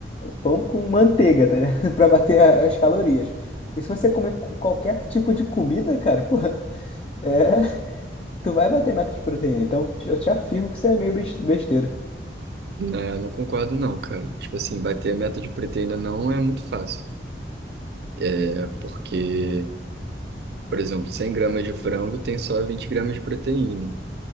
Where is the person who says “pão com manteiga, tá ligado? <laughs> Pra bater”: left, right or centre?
Left